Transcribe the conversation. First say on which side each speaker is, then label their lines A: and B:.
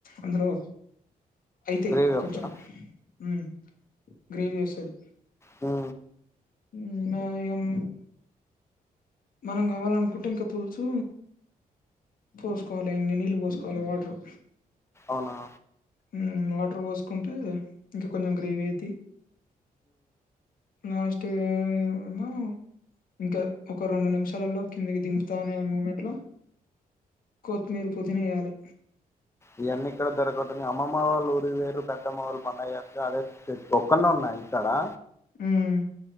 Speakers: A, on the left; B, on the left.
A: అందులో అయితాయ్
B: గ్రేవీ వస్తదా
A: కొంచెం హ్మ్ గ్రేవి వస్తది
B: ఆ
A: హ్మ్ మా యం మనం కావాలనుకుంటె ఇంక పులుసు పోసుకోవాలి. ఇన్ని నీళ్ళు పోసుకోవాలి. వాటర్
B: ఆహా
A: హ్మ్ వాటర్ పోసుకుంటే ఇంక కొంచెం గ్రేవీ అయిద్ది ఫాస్ట్ గా ఏమో ఇంకా ఒక రెండు నిమిషాలలో కిందికి దింపుతా అనే మూమెంట్ లో కోత్మీరు పూదినేయాలి.
B: ఇయన్నీ ఇక్కడ దొరకదు. అమ్మమ్మ వాళ్ళు ఊరుకి పోయిర్రు. పెద్దమ్మ వాళ్ళు పండగా అదే ఒక్కన్నే ఉన్నా ఇంటి కాడా
A: హ్మ్